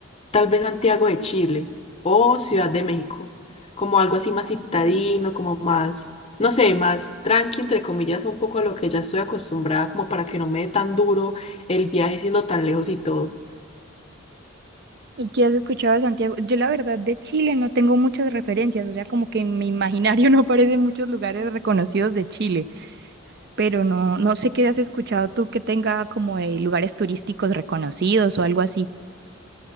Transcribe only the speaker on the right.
¿Y qué has escuchado de Santiago? Yo la verdad de Chile no tengo muchas referencias, o sea, como que en mi imaginario <laughs> no aparecen muchos lugares reconocidos de Chile. pero no, no sé qué has escuchado tú que tenga como de lugares turísticos reconocidos o algo así.